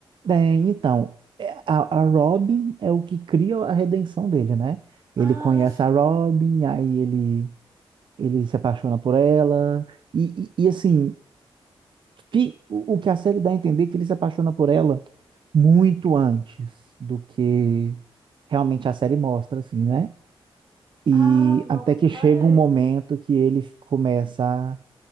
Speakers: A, on the right (about 55°); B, on the right (about 30°).
A: É, então, é, a, a Robin é o que cria a redenção dele, né? Ele
B: Ah,
A: conhece
B: sim.
A: a Robin, aí ele, ele se apaixona por ela, e, e, e, assim, fi- o, o que a série dá a entender é que ele se apaixona por ela muito antes do que realmente a série mostra, assim, né? E
B: ah, não,
A: até
B: reparei.
A: que chega um momento que ele começa a